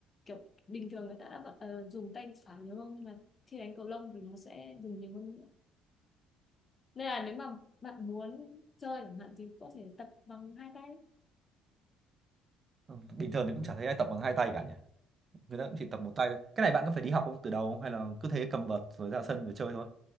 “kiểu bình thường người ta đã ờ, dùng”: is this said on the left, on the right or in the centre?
Left